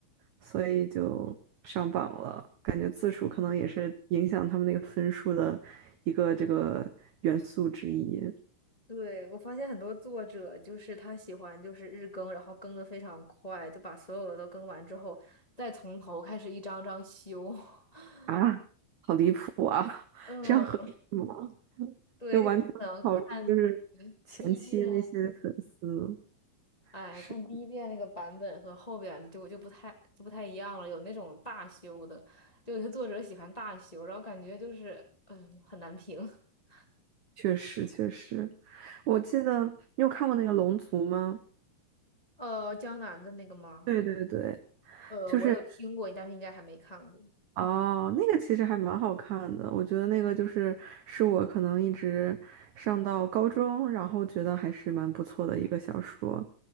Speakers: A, on the right; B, on the left.
A: 所以就上榜了。感觉字数可能也是影响他们那个分数的一个这个元素之一
B: 对，我发现很多作者就是他喜欢就是日更，然后更的非常快，就把所有的都更完之后，再从头开始一张张修。<laughs>
A: 啊，好离谱啊！<laughs>
B: 嗯，
A: 这样合理吗？
B: 对，
A: 就完全不考虑就是前期那些粉丝，
B: 就可能看嗯第一遍。哎，
A: 是
B: 看第一遍那个版本和后边的就就不太就不太一样了，有那种大修的，就有些作者喜欢大修，然后感觉就是嗯很难评。<laughs>
A: 确实确实，我记得你有看过那个《龙族》吗？
B: 呃，江南的那个吗？
A: 对对对。
B: 呃，
A: 就是。
B: 我有听过，但是应该还没看过
A: 哦，那个其实还蛮好看的，我觉得那个就是是我可能一直上到高中，然后觉得还是蛮不错的一个小说。